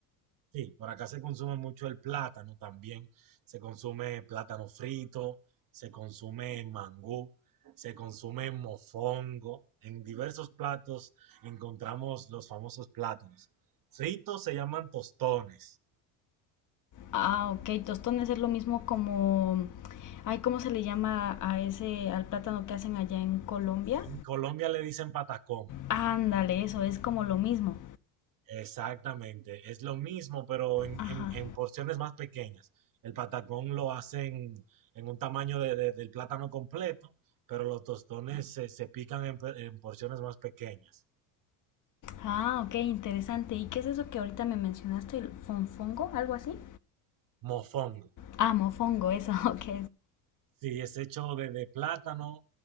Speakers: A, on the right; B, on the left.
A: Sí, por acá se consume mucho el plátano también. Se consume plátano frito, se consume mangú, se consume mofongo. En diversos platos encontramos los famosos plátanos. Fritos se llaman tostones.
B: Ah, ok. Tostones es lo mismo como, ay, ¿cómo se le llama a ese, al plátano que hacen allá en Colombia?
A: En Colombia le dicen patacón.
B: Ándale, eso es como lo mismo.
A: Exactamente, es lo mismo, pero en,
B: Ajá.
A: en- en porciones más pequeñas. El patacón lo hacen en un tamaño de- de- del plátano completo, pero los tostones se, se pican en, pe- en porciones más pequeñas.
B: Ah, ok, interesante. ¿Y qué es eso que ahorita me mencionaste? ¿El fonfongo? ¿Algo así?
A: Mofongo.
B: Ah, mofongo, eso, <laughs> ok.
A: Sí, es hecho de, de plátano